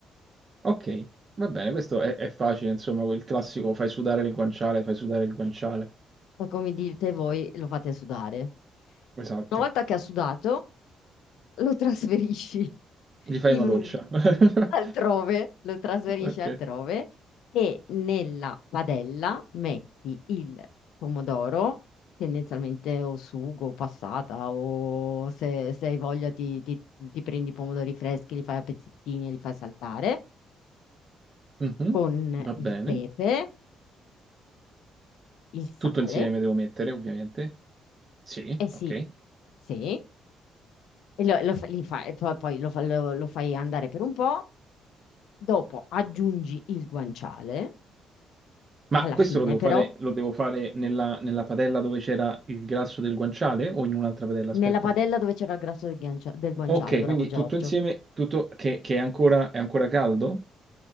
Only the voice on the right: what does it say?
ok. Va bene, questo è, è facile, insomma, quel classico fai sudare il guanciale, fai sudare il guanciale.
Esatto.
Gli fai
una
doccia. <laughs>
Ok.
Mhm,
Va bene.
Tutto insieme devo mettere, ovviamente. Sì,
ok.
Ma
questo
lo devo
fare, lo devo fare nella, nella padella dove c'era il grasso del guanciale o in un'altra padella? Aspetta.
Ok,
quindi
tutto insieme, tutto che, che è ancora, è ancora caldo?